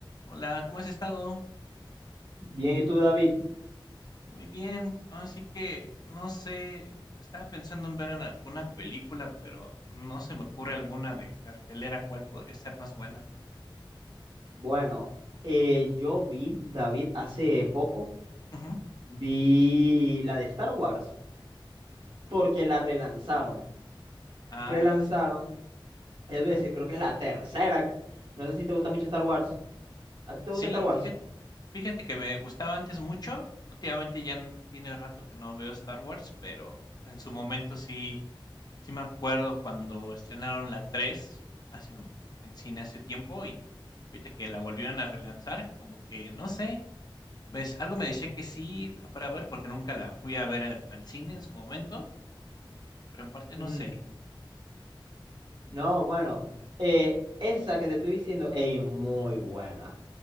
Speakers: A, on the left; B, on the right.
A: Hola, ¿cómo has estado?
B: Bien, ¿y tú, David?
A: Muy bien. Así que no sé, estaba pensando en ver en alguna película, pero no se me ocurre alguna de cartelera cuál podría ser más buena.
B: Bueno, eh, yo vi, David, hace poco,
A: Ujú.
B: vi la de Star Wars, porque la relanzaron.
A: Ah,
B: Relanzaron,
A: s-
B: es
A: ajá.
B: decir, creo que es la tercera. que- No sé si te gusta mucho Star Wars. ¿A ti te
A: Sí,
B: gusta Star Wars?
A: fíjate, fíjate que me gustaba antes mucho. Últimamente ya n- tiene rato que no veo Star Wars, pero en su momento sí, sí me acuerdo cuando estrenaron la 3, hace un- en cine hace tiempo y ahorita que la volvieron a relanzar, como que no sé. Me dec- algo me decía que sí la fuera a ver porque nunca la fui a ver a- al cine en su momento, pero en parte no
B: Ujú.
A: sé.
B: No, bueno, eh, esa que te estoy diciendo, ey, muy buena.